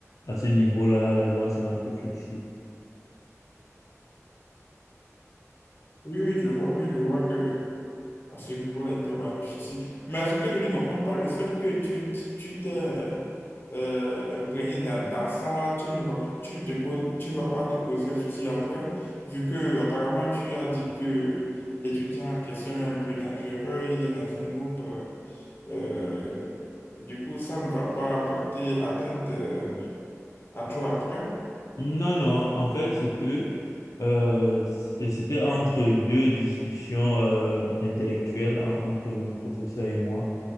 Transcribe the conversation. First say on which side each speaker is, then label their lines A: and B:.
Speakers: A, on the left (about 85°); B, on the left (about 45°).
A: à ce niveau-là, la loi sera un peu flexible.
B: oui, oui, je vois, oui, je vois que à ce niveau-là, il peut y avoir un souci. Mais ce que je ne comprends pas, le fait que tu tu t'es euh, imprégné dans, dans ça, tu ne vas, tu ne te, cau- tu ne vas pas te causer un souci après, vu que apparemment tu as dit que l'étudiant en question est un peu dangereux, il est dans un groupe. euh, euh, du coup, ça ne va pas porter atteinte euh, à toi après.
A: Non, non, en fait, c'est que euh, c- c'était entre deux discussions euh, intellectuelles en- entre mon professeur et moi.